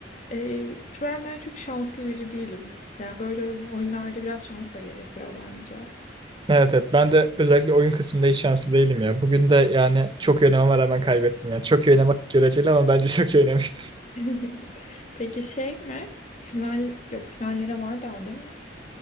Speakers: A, on the left (about 40°); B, on the right (about 25°).
A: e, ben, ben çok şanslı biri değilim. Yani böyle oyun- oyunlarda biraz şans da gerekiyor bence.
B: Evet evet ben de özellikle oyun kısmında hiç şanslı değilim ya. Bugün de yani çok iyi oynamama rağmen kaybettim yani. Çok iyi oynamak göreceli ama bence çok iyi oynamıştım.
A: <laughs> Peki şey mi? Final yok finallere var daha değil mi?